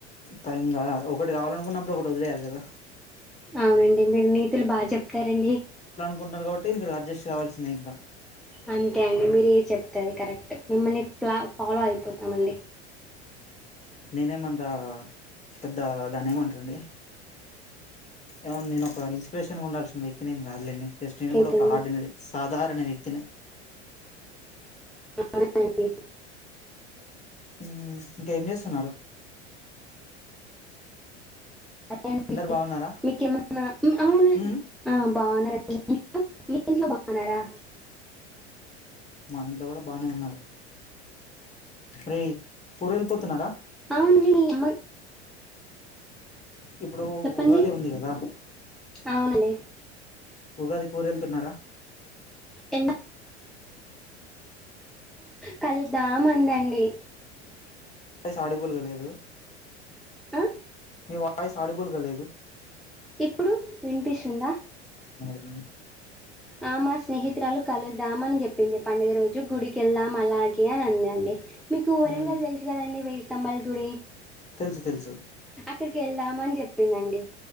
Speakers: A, on the left; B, in the centre.
A: పైంగా ఒకటి కావాలనుకున్నప్పుడు ఒకటి వదిలేయాలి కదా.
B: అవునండి మీరు నీతులు బాచెప్తారండి.
A: కుంటున్నారు కాబట్టి మీరు అడ్జస్ట్ కావాల్సిందే ఇంకా.
B: అంతే అండి మీరు ఏ చెప్తే అది కరెక్ట్ మిమ్మల్ని ఫ్ల ఫాలో అయిపోతామండి.
A: నేనే మంతా పెద్ద దాన్ని ఏమంటారండి ఏమ నేను ఒక ఇన్స్పిరేషన్ గా ఉండాల్సిన వ్యక్తినేమ్ కాదులేండి. జస్ట్ నేను
B: అయితుంది.
A: కూడా ఒక ఆర్డినరీ సాధారణ వ్యక్తినే.
B: అవునండి.
A: ఉమ్ ఇంకేం చేస్తున్నారు.
B: అరే అండి
A: అందరు బాగున్నారా
B: మీకేమన్నా ఈ అవునండి
A: ఉమ్
B: ఆ బాగున్న <unintelligible> మీ ఇంట్లో బాగున్నారా.
A: మా ఇంట్లో కూడా బానే ఉన్నారు రేయ్ ఊరెళ్ళిపోతున్నారా.
B: అవును నేని అమ్మన్.
A: ఇప్పుడు
B: చెప్పండి
A: ఉగాది ఉంది కదా.
B: అవునండి
A: ఉగాది ఊరెళ్తున్నారా.
B: ఎంద కలుద్దాం ఉందండి
A: వాయిస్ ఆడిబుల్గా లేదు
B: ఆ
A: మీ వాయిస్ అడిబుల్గా లేదు
B: ఎప్పుడు వినిపిస్తుందా
A: మ్
B: ఆ మా స్నేహితురాలు కలుద్దాం అని చెప్పింది పండుగ రోజు గుడికెళ్దాం అలాగే అని అందండి మీకు వరంగల్
A: హ్మ్
B: తెలుసు కదండి వెయ్యి తమ్మల్గుడి
A: తెలుసు తెలుసు
B: ఇక్కడికి వెళ్దామని చెప్పిందండి